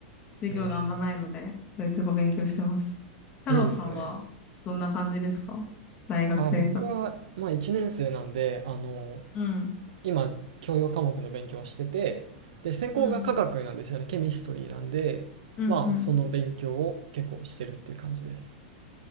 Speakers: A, on the left (about 40°); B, on the right (about 70°).
A: 授業があんまないので、
B: <laughs> え
A: ドイツ語勉強してます。太郎さんはどんな感じですか大学生活。
B: ー、いいですね。あ、僕はまあ1年生なんで、あの、
A: うん。
B: 今教養科目の勉強をしててで専攻が化学なんですよねケミストリーなんでまあその勉強を結構してるっていう感じです
A: うん。うんうん。